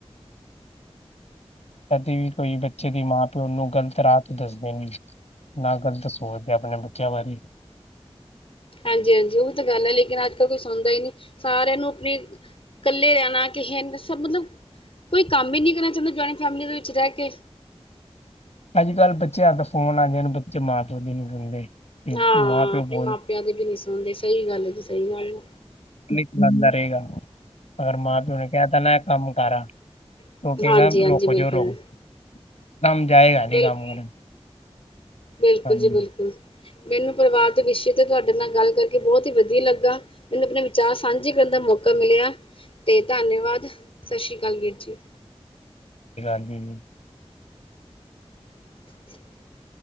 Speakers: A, on the left; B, on the left.
A: ਕਦੀ ਵੀ ਕੋਈ ਬੱਚੇ ਦੀ ਮਾਂ ਪਿਓ ਓਨੂੰ ਗਲਤ ਰਾਹ ਤੇ ਦੱਸਦੇ ਨੀ ਨਾ ਗਲਤ ਸੋਚਦੇ ਆ ਆਪਨੇ ਬੱਚਿਆਂ ਬਾਰੇ।
B: ਹਾਂਜੀ-ਹਾਂਜੀ ਓ ਵੀ ਤਾਂ ਗੱਲ ਐ ਲੇਕਿਨ ਅੱਜ-ਕੱਲ ਕੋਈ ਸੁਨਦਾ ਈ ਨੀ। ਸਾਰਿਆਂ ਨੂੰ ਆਪਨੀ ਕੱਲੇ ਰੈਨਾ ਕਿਸ਼ੇ ਨ ਸਭ ਮਤਲਬ ਕੋਈ ਕੰਮ ਈ ਨੀ ਕਰਨਾ ਚਾਂਦਾ ਜੁਆਇੰਡ ਫੈਮਲੀ ਦੇ ਵਿੱਚ ਰੈ ਕੇ।
A: ਅੱਜ-ਕੱਲ੍ਹ ਬੱਚੇ ਹੱਥ ਫੋਨ ਆਗੇ ਨੇ ਬੱਚੇ ਮਾਂ-ਪਿਓ ਦੀ ਨੀ ਸੁਣਦੇ। ਤੇ
B: ਹਾ,
A: ਮਾਂ ਪਿਓ
B: ਆਪਣੇ
A: ਬੋਲ
B: ਮਾਪਿਆਂ ਦੇ ਵੀ ਨਹੀਂ ਸੁਣਦੇ ਸਹੀ ਗੱਲ ਹੈ ਤੇ ਸਹੀ ਗੱਲ ਏ।
A: ਨਿਤ ਭਣਦਾ ਰਹੇਗਾ, ਅਗਰ ਮਾਂ-ਪਿਓ ਨੇ ਕਿਹਾ ਤਾਂ ਨਾ। ਕੰਮ ਕਾਰਾ
B: ਹੈ
A: ਉ ਕਹੇਗਾ
B: ਹਾਂਜੀ ਹਾਂਜੀ
A: ਰੋਕੋ
B: ਬਿਲਕੁਲ
A: ਜੋ ਰੋਕੋ ਕੰਮ ਜਾਏਗਾ ਨੀ
B: ਬਿਲਕੁਲ
A: ਕੰਮ ਕਰਨ।
B: ਬਿਲਕੁਲ
A: ਹਾਂਜੀ।
B: ਜੀ ਬਿਲਕੁਲ, ਮੈਨੂੰ ਪਰਿਵਾਰ ਦੇ ਵਿਸ਼ੇ ਤੇ ਤੁਹਾਡੇ ਨਾਲ ਗੱਲ ਕਰਕੇ ਬਹੁਤ ਹੀ ਵਧੀਆ ਲੱਗਾ। ਮੈਨੂੰ ਆਪਣੇ ਵਿਚਾਰ ਸਾਂਝੇ ਕਰਨ ਦਾ ਮੌਕਾ ਮਿਲਿਆ, ਤੇ ਧੰਨਵਾਦ, ਸਤਿ ਸ੍ਰੀ ਅਕਾਲ ਵੀਰ ਜੀ।
A: ਹਾਂਜੀ।
B: <inaudible>